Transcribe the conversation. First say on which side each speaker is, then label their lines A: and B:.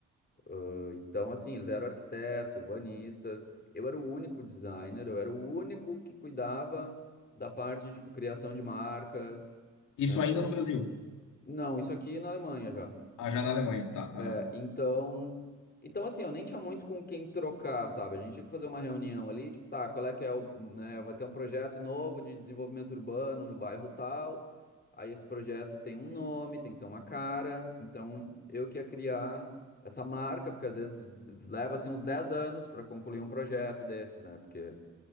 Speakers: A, on the left; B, on the left.
A: Ah, então, assim, eles eram arquitetos, urbanistas. Eu era o único designer, eu era o único que cuidava da parte, tipo, criação de marcas,
B: Isso
A: né?
B: ainda no Brasil.
A: Não, isso aqui é na Alemanha já.
B: Ah, já na Alemanha, tá.
A: É,
B: aham.
A: então, então assim, eu nem tinha muito com quem trocar, sabe? A gente tinha que fazer uma reunião ali, tipo, tá, qual é que é o, né, vai ter um projeto novo de desenvolvimento urbano no bairro tal. Aí esse projeto tem um nome, tem que ter uma cara. Então, eu que ia criar essa marca, porque às vezes leva assim uns 10 anos para concluir um projeto desses, né? Porque,